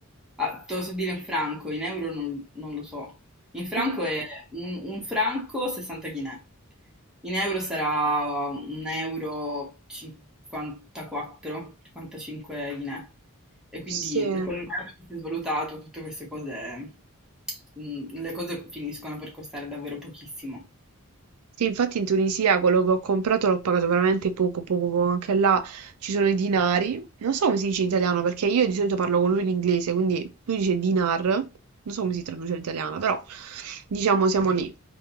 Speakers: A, in the centre; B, on the right (about 85°).
A: ah, te lo so dire in franco, in euro non, non lo so. In franco
B: Mm.
A: è un, un franco 60 chinè. In euro sarà uh, un euro 54, 55 Guinè. E quindi
B: Sì.
A: con il cambio che si è svalutato, tutte queste cose, mm, le cose finiscono per costare davvero pochissimo.
B: Sì, infatti in Tunisia quello che ho comprato l'ho pagato veramente poco, poco, poco. Anche là ci sono i dinari. Non so come si dice in italiano, perché io di solito parlo con lui in inglese, quindi lui dice dinar. Non so come si traduce in italiano, però diciamo siamo lì.